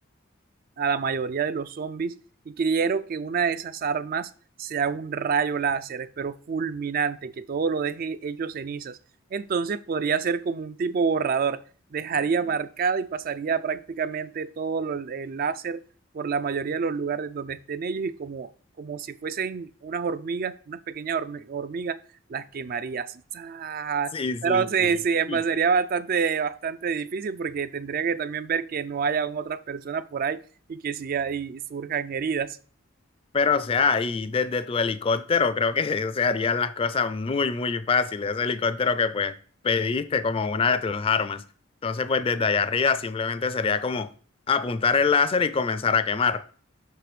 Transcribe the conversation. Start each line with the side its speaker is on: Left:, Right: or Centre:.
Right: a la mayoría de los zombies y quiero que una de esas armas sea un rayo láser, pero fulminante, que todo lo deje hecho cenizas. Entonces podría ser como un tipo borrador, dejaría marcado y pasaría prácticamente todo lo- el láser por la mayoría de los lugares donde estén ellos y como, como si fuesen unas hormigas, unas pequeñas hormi- hormigas, las quemaría así. ¡za!
Left: Sí,
Right: Pero
Left: sí,
Right: sí,
Left: sí.
Right: sí, em,
Left: Y-
Right: sería bastante, bastante difícil porque tendría que también ver que no hayan otras personas por ahí y que sí ahí surjan heridas. <laughs>
Left: Pero, o sea, y desde tu helicóptero creo que <laughs> se harían las cosas muy, muy fáciles. Ese helicóptero que pues pediste como una de tus armas. Entonces, pues desde allá arriba simplemente sería como apuntar el láser y comenzar a quemar.